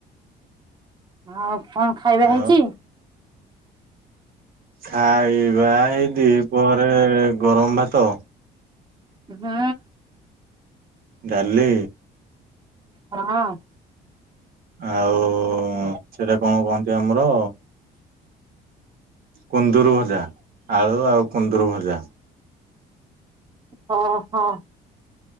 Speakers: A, on the right (about 25°); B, on the right (about 60°).
A: ଆଁ କଣ ଖାଇବା ହେଇଚି?
B: ଆଉ ଖାଇବା ଏଇ ଦି ଘରେ ଗରମ ଭାତ
A: ହଁ।
B: ଡାଲି
A: ହଁ।
B: ଆଉ ସେଟା କଣ କହନ୍ତି ଆମର କୁନ୍ଦୁରୁ ଭଜା ଆଳୁ ଆଉ କୁନ୍ଦୁରୁ ଭଜା।
A: ହଁ ହଁ।